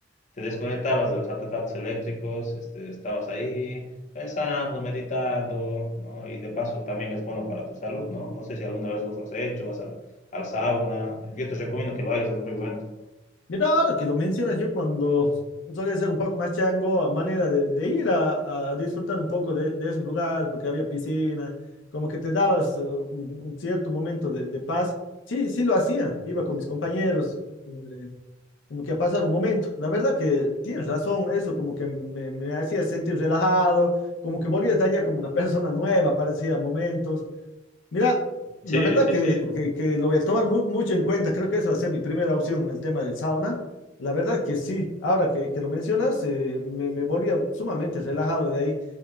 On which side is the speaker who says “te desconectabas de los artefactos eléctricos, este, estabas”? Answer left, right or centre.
Left